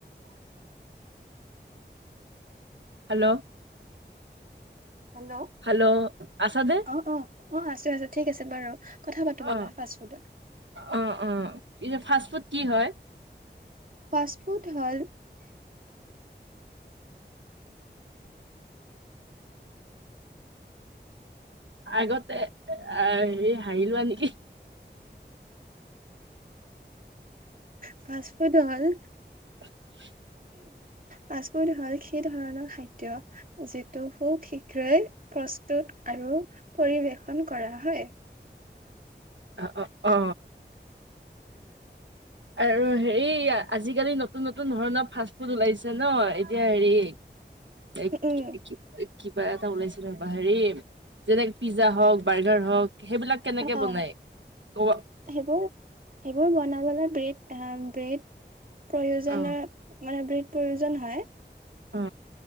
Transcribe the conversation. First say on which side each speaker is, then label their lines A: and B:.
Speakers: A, on the right (about 85°); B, on the right (about 50°).
A: হেল্ল'
B: হেল্ল'
A: হেল্ল' আছা নে
B: অ অ অ আছো আছো ঠিক আছে বাৰু কথা পাতো
A: অ
B: ব'লা ফা ফুডত
A: অ অ পিছে ফাষ্ট ফুড কি হয়
B: পাষ্টপোৰ্ট হল
A: আগতে আহ হেৰি হাৰি লোৱা নেকি
B: ফাষ্টফুড হ'ল হয়
A: <inaudible>
B: ফাষ্টফুড হ'ল সেই ধৰণৰ খাদ্য যিটো সু শীঘ্ৰেই প্ৰস্তুত আৰু পৰিবেশন কৰা হয়
A: অ অ আৰু হেৰি আজিকালি নতুন নতুন ধৰণৰ ফাষ্ট ফুড ওলাইছে ন এতিয়া হেৰি এক
B: উম
A: কিবা এটা ওলাইছিল ৰব হেৰি যেনেক পিজ্জা হওক বাৰ্গাৰ হওক সেইবিলাক কেনেকে
B: অ অ
A: বনাই কব অ
B: সেইবোৰ সেইবোৰ বনাবলৈ ব্ৰেড ব্ৰেড প্ৰয়োজ
A: অ
B: মানে প্ৰয়োজন হয়
A: অ